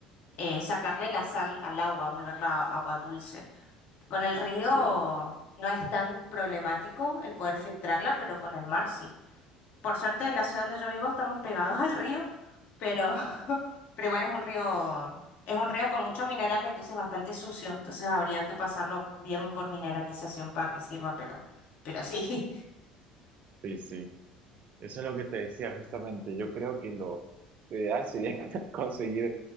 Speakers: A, on the left (about 45°); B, on the right (about 40°).
A: eh, sacarle la sal al agua, volverla agua dulce. Con el río
B: Sí,
A: no es tan problemático el poder filtrarla, pero con el mar sí. Por suerte, en la ciudad donde yo vivo estamos pegados <laughs> al río, pero, <laughs> pero igual es un río, es un río con mucho mineral, entonces bastante sucio. Entonces habría que pasarlo bien por mineralización para que sirva, pero, pero sí,
B: sí, sí. Eso es lo que te decía justamente. Yo creo que lo lo ideal sería <laughs> conseguir